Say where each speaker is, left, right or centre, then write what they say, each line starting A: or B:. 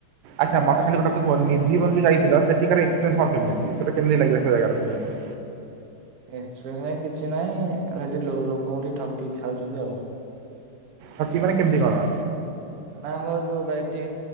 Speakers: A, on the right; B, on the right.
A: ଆଚ୍ଛା, ମତେ ଖାଲି ଗୋଟେ କଥା କହ ନିଧି ଘର ଯେଉ ଯାଇଥିଲ ସେଠରିନ୍ସ କଣ କେମତି ସେଟା କେମିତି ଲାଗିଲ ସେ ଜାଗା ତକୁ
B: ଏକ୍ସପିରିନ୍ସ କିଛି ନାହିଁ ଆ ସେଠି ଲୋକଙ୍କୁ ଟିକେ ଠକିକି ଖାଉଚନ୍ତି ଆଉ।
A: ଠକି ମାନେ କେମିତି କଣ?
B: ନା ଆମର ଯୋଉଟା ଏଠି